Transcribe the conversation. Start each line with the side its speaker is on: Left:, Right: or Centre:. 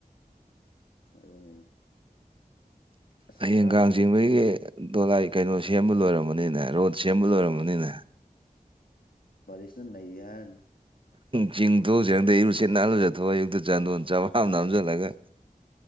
Left: ꯑꯗꯨꯅꯤ ꯑꯁ
Right: ꯍꯌꯦꯡꯒꯥꯥꯡ
Left: ꯉꯔꯥꯡꯗꯤ
Right: ꯆꯤꯡꯕꯒꯤ ꯗꯣꯂꯥꯏ ꯀꯩꯅꯣ ꯁꯦꯝꯕ ꯂꯣꯏꯔꯃꯅꯤꯅꯦ ꯔꯣꯠ ꯁꯦꯝꯕ ꯂꯣꯏꯔꯝꯕꯅꯤꯅꯦ
Left: ꯄꯔꯤꯁꯅ ꯅꯩꯒꯦ ꯍꯥꯏꯔꯅꯤ
Right: ꯆꯤꯡ ꯊꯣꯛꯣꯡꯁꯤꯔꯗ ꯏꯔꯨꯁꯤꯠ ꯅꯥꯜꯂꯨ ꯆꯊꯣꯛꯑ ꯑꯌꯨꯛꯇ ꯆꯥꯟꯗꯣꯟ ꯆꯋꯥꯑꯃ ꯅꯝꯁꯤꯜꯂꯒ